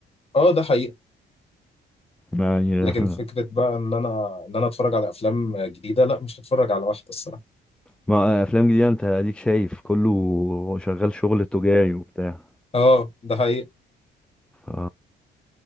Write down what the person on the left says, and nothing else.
اه ده حقيقه
لكن
فكره بقى ان انا ان انا اتفرج على افلام جديده لا مش هتفرج على واحده الصراحه
اه ده حقيقه